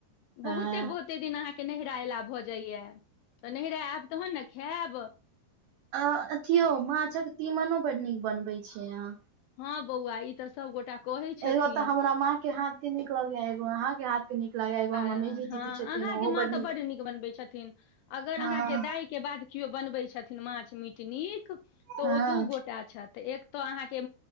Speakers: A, on the right; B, on the left.
A: हँ
B: बहुते बहुते दिन अहाँके नहि राला भऽ जाइया तऽ नहिरा आयब तहन ने खायब
A: आ अथियो माछक तीमनो बड नीक बनबैत छियै अहाँ
B: हँ बौआ ई तऽ सभगोटा कहै छथिन
A: एगो तऽ हमरा माँ के हाथ के निक लगैया एगो के हाथ के नीक लागैया एगो
B: हहाँाँ
A: हमर मेघी दीदी छथिन ओहो बड
B: तऽ ब नीक बनबै छथिन अगर
A: हँ
B: अहाँके दाय के बाद केओ बनबै छथिन माछ मीट नीक तऽ
A: हँ
B: ओ दू गोटा छथि तऽ एक तो अहाँके